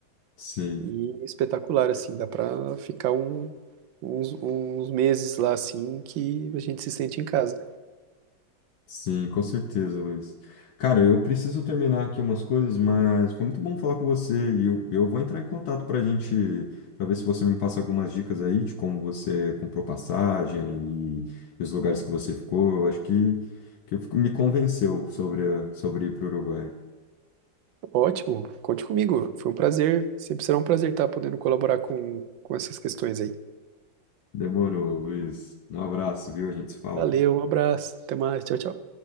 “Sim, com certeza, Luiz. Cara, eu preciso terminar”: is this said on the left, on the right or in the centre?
Left